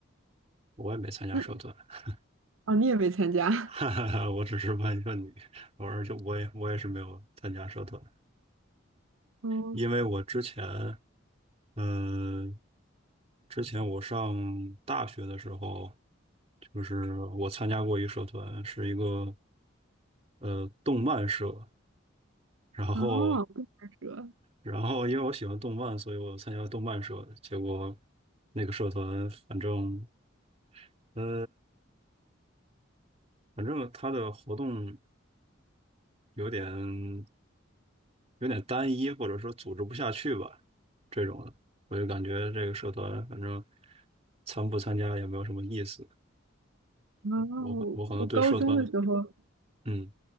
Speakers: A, on the right; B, on the right.
A: 我也没参加社团，
B: 那
A: <laughs>
B: 哦，你也没参加？
A: 哈哈哈，
B: <laughs>
A: 我只是问一问你，偶尔就我也我也是没有参加社团，
B: 嗯，
A: 因为我之前，呃，之前我上大学的时候，就是我参加过一个社团，是一个呃动漫社，然后
B: 哦，动漫社，
A: 然后因为我喜欢动漫，所以我参加了动漫社，结果那个社团反正呃反正他的活动有点。有点单一，或者说组织不下去吧，这种的，我就感觉这个社团反正参不参加也没有什么意思。
B: 哦，
A: 我可我可能对社团的，
B: 我我高中的时候，
A: 嗯，